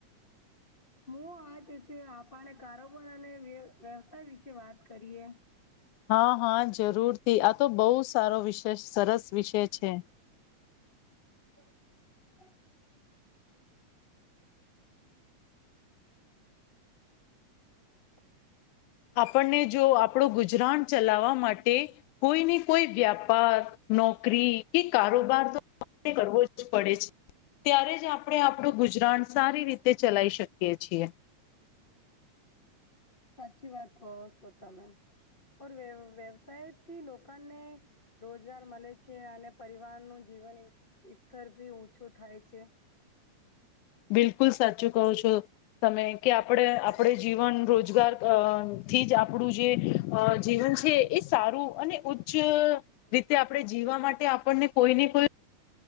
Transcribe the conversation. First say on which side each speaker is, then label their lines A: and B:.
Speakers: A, on the left; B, on the left.
A: હું આજ છે, આપણે કારોબાર અને વ્યવસાય વિશે વાત કરીએ.
B: હા, હા, જરૂરથી આ તો બહુ સારો વિષય સરસ વિષય છે.
A: <inaudible> <unintelligible>
B: આપણને જો આપણું ગુજરાન ચલાવવા માટે કોઈ ને કોઈ વ્યાપાર, નોકરી, કે કારોબાર તો કરવો જ પડે છે. ત્યારે જ આપણે આપણું ગુજરાન સારી રીતે ચલાવી શકીએ છીએ,
A: સાચી વાત કહો છો તમે, ઓર વ વ્યવસાય થી લોકોને રોજગાર મળે છે, અને પરિવાર નું જીવન સ્તર ભી ઉછું થાય છે.
B: બિલકુલ સાચું કહો છો. તમે કે આપણે આપણે જીવન રોજગાર થી જ આપણું જે જીવન છે, એ સારું અને ઉચ્ચ રીતે આપણે જીવવા માટે આપણને કોઈને કોઈ